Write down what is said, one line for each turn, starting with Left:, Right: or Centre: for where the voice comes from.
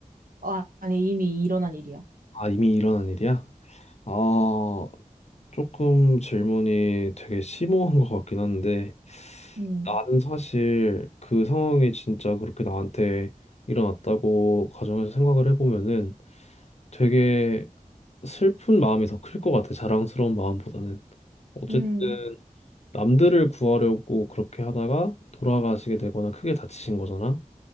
Right: 아, 아니, 이미 일어난 일이야.
Left: 아 이미 일어난 일이야? 아 조금 질문이 되게 심오한 것 같긴 한데,
Right: 음,
Left: 나는 사실 그 상황이 진짜 그렇게 나한테 일어났다고 가정해서 생각을 해보면은 되게 슬픈 마음이 더 클 것 같아, 자랑스러운 마음보다는. 어쨌든
Right: 음,
Left: 남들을 구하려고 그렇게 하다가 돌아가시게 되거나 크게 다치신 거잖아.